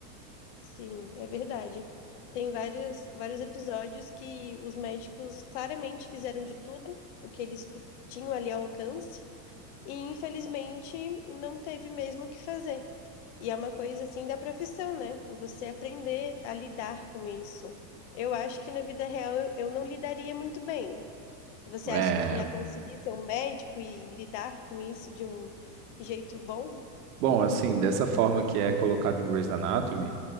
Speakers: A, on the left (about 45°); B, on the right (about 65°).
A: Sim, é verdade. Tem vários, vários episódios que os médicos claramente fizeram de tudo o que eles pu- tinham ali ao alcance e infelizmente não teve mesmo o que fazer. E é uma coisa assim da profissão, né? Você aprender a lidar com isso. Eu acho que na vida real eu eu não lidaria muito bem. Você
B: É,
A: acha que ia conseguir ser um médico e lidar com isso de um jeito bom?
B: bom, assim, dessa forma que é colocado em Grey's Anatomy,